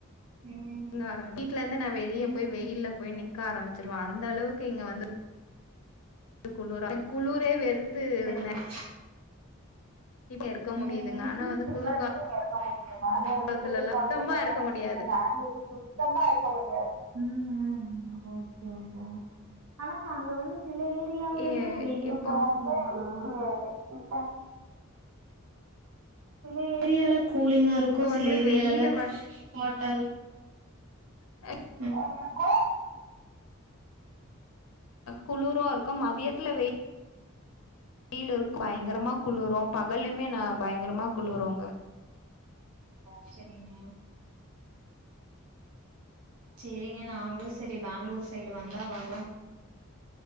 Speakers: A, on the right; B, on the left.
A: ம்
B: இங்க ஆரம்பி <inaudible> வீட்ல இருந்துதே நா வெளிய
A: ம்
B: போய் வெயில்ல போய் நிக் க ஆரம்பிச்சிருவா அந்த அளவுக்கு இங்க வந்து <inaudible> குளுர <inaudible> குளுரே வெறு த்து இருந்தே
A: சரிங்க
B: இப்ப இருக்க
A: <unintelligible>
B: முடியுதுங்க ஆனா வந்து குளிர்
A: இருக்க முடியிமா அதே வந்து
B: காலத்துலல்லா
A: குளிர் காலத்துல
B: சுத்தமா
A: எல்லா
B: இருக்க
A: வந்து
B: முடியாது
A: இருந்தா <unintelligible> ம் ம் ஓகே ஓகேங்க ஆனா அங்க வந்து சில ஏரியாவுலையு
B: இ
A: வெயில்
B: இப்போ
A: <unintelligible> சில ஏரியால கூலிங்கா இருக்கு
B: இப்போ
A: சில
B: வந்து
A: ஏரியால
B: வெயிலு
A: ஹாட்டா
B: அ
A: என்னக்கா
B: குளுரு இருக்கு மதியத்தில வெ யில் இருக்கு பயங்கரமா குளுரு பகல்லையுமே நா பயங்கரமா குளுரு அங்க
A: ஓ செரிங்க சேரிங்க நாங்களு செரி பேங்ளூர் சைடு வந்தா வர்றோ